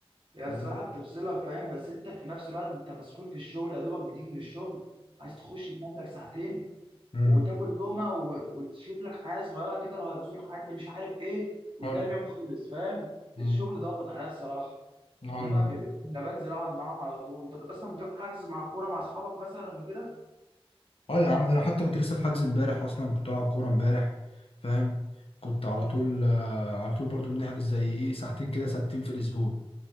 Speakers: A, on the right (about 55°); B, on the left (about 70°).
A: هي
B: فاهم؟
A: الصراحة بتفصلك فاهم بس انت في نفس الوقت انت مسحول في الشغل يا دوبك بتيجي من الشغل عايز تخش تنام لك ساعتين
B: ايوه
A: وتاكل لقمة و... وتشوف لك حياة صغيرة كده لو هتزور حد مش عارف ايه وتلاقي
B: ايوه
A: اليوم خلص فاهم
B: أمم.
A: الشغل ضاغط عليا الصراحة
B: ايوه
A: انما قبل كده كنا بنزل اقعد معاهم على طول انت بت- اصلا بتروح حجز مع الكورة مع اصحابك مثلا وكده
B: اه يا عم ده انا حتى كنت لسه في حجز امبارح اصلا كنت بلعب كوره امبارح فاهم كنت على طول آه، على طول برضو بنحجز زي ايه ساعتين كده ثابتين في الاسبوع